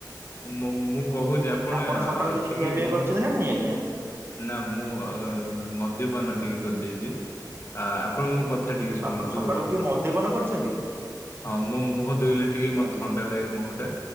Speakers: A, on the left (about 40°); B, on the right (about 35°).
A: ମୁଁ- ମୁଁ କହୁଛି ଆ
B: ଆପଣ ସକାଳୁ କିଛି
A: ଟିକେ
B: ଖିଆ ପିଆ
A: ମୁଁ
B: କରିଛନ୍ତି ନା ନାଇଁ ଆଜ୍ଞା?
A: ନା ମୁଁ ମଦ୍ୟପାନ ଟିକେ କରିଦେଇଛି। ଆ ଆପଣ ମୋ କଥା ଟିକେ ଶୁଣନ୍ତୁ
B: ଆପଣ ସକାଳୁ ଉଠି
A: ଆପଣ
B: ମଦ୍ୟପାନ କରିଛନ୍ତି?
A: ହଁ ମୋ ମୁହଁ ଧୋଇଲେ ଟିକେ ମତେ
B: ଆଜ୍ଞା
A: ଥଣ୍ଡା ଲାଗେ ମୁହଁ ଟା।